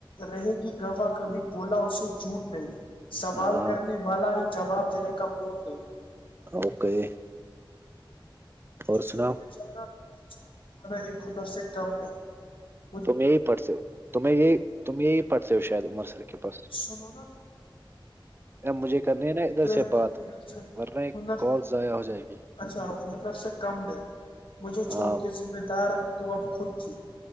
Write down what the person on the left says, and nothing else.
رہے گی گواہ کبھی بولا اسے جھوٹ نہیں سوال
کرنے والا ہے جواب جیرے کابور نہیں
مجھے
چھو
کے جانا مجھے چھو کے جانا ایک خد سے کم ہے <unintelligible>
س ب ہونا تو <unintelligible>
تو ایک
ہنر سے
ہنر
اچھا اپر سے کم نہیں مجھے
چھوٹیے ذمہ دار <unintelligible> تو اب خود تھی